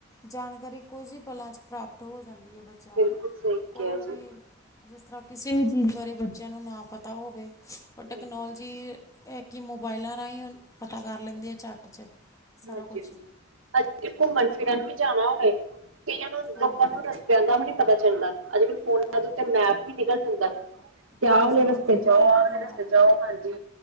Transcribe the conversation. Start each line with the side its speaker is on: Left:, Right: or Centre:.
Left: ਜਾਣਕਾਰੀ ਕੁਝ ਹੀ ਪਲਾਂ 'ਚ ਪ੍ਰਾਪਤ ਹੋ ਜਾਂਦੀ ਐ ਬੱਚਿਆਂ
Right: ਬਿਲਕੁਲ
Left: ਨੂੰ
Right: ਸਹੀ
Left: ਕੋਈ
Right: ਕਿਹਾ
Left: ਵੀ
Right: ਜੀ।
Left: ਜਿਸ ਤਰ੍ਹਾਂ ਕਿਸੇ ਵੀ ਚੀਜ ਬਾਰੇ ਬੱਚਿਆਂ ਨੂੰ ਨਾ ਪਤਾ ਹੋਵੇ, ਉਹ ਟੈਕਨੋਲਜੀ
Right: ਹਮ,
Left: ਇਹ ਕੀ ਮੋਬਾਇਲਾਂ ਰਾਹੀ ਹੁਣ ਪਤਾ ਕਰ ਲੈਦੇ ਆ ਝੱਟ ਚ ਸਾਰਾ
Right: ਹਾਂਜੀ
Left: ਕੁਛ
Right: -ਹਾਂਜੀ, ਪਰ ਕੀਦਰ ਮਰਜੀ ਘੁੰਮਣ ਫਿਰਨ ਵੀ ਜਾਣਾ ਹੋਵੇ ਕਈਆਂ ਨੂੰ
Left: ਹਾਂਜੀ
Right: ਲੋਕਾਂ ਨੂੰ ਰਸਤਿਆਂ ਦਾ ਵੀ ਨੀ ਪਤਾ ਚੱਲਦਾ ਅੱਜ-ਕੱਲ ਫੋਨਾਂ
Left: ਹਾਂਜੀ
Right: ਦੇ ਉਤੇ ਮੈਪ ਵੀ ਨਿਕਲ ਜਾਂਦਾ। ਕੇ ਆ
Left: ਹਾਂਜੀ
Right: ਵਾਲੇ ਰਸਤੇ
Left: ਹਾਂਜੀ ਮੈਪ
Right: ਜਾਓ, ਆ ਵਾਲੇ
Left: ਦੇ ਨਾਲ
Right: ਰਸਤੇ ਜਾਓ ਹਾਂਜੀ